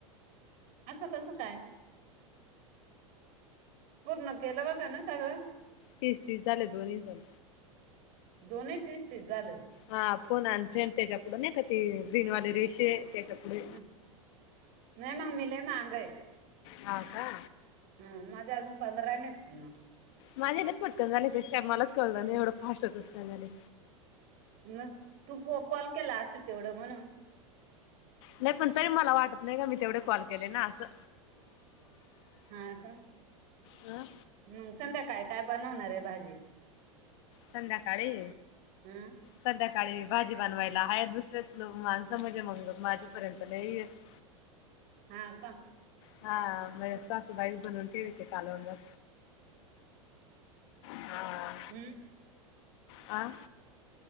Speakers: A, on the right; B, on the left.
A: असं कसं काय. पूर्ण केलं वंते त्यानं सगळं.
B: तीस तीस झाले दोन्ही पण.
A: दोन्ही तीस तीस झालं.
B: हा फोन आलतंय त्याच्या पुुढं का ती ग्रीन वाले रेषे त्याच्या. पुढे
A: हम् नाय मग मी लय मागे हाई.
B: हा का.
A: हा माझ्या अजून पंधरा नाही पडलं.
B: माझ्या नाही पटकन झाले कस काय मलाच कळलं नाही एवढं फास्ट कसं काय झाले.
A: न तू फो कॉल केला असेल तेवढं म्हणून.
B: नाही पण तरी मला वाटत नाही का मी तेवढे कॉल केले ना असं.
A: हा का.
B: न,
A: मंग संध्याकाळी काय बनवणार आहे भाजी.
B: संध्याकाळी.
A: हं?
B: संध्याकाळी भाजी बनवायला हा दुसरेचं माणसं म्हणजे मगं माझ्या पर्यंत नाही येतं.
A: हा का.
B: हा माझ्या सासुबाई बनवती कालवणं भात. हा,
A: हम.
B: अं.